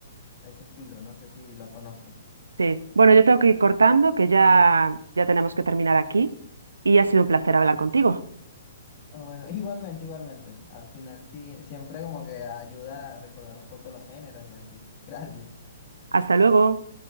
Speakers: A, on the left; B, on the right.
A: ese estilo, no sé si lo conoces.
B: sí. Bueno, yo tengo que ir cortando, que ya, ya tenemos que terminar aquí y ha sido un placer hablar contigo.
A: Ah, Bueno, <laughs> igualmente, igualmente. Al final sí, siempre como que ayuda a recordar un poco los géneros y así. Gracias.
B: Hasta luego.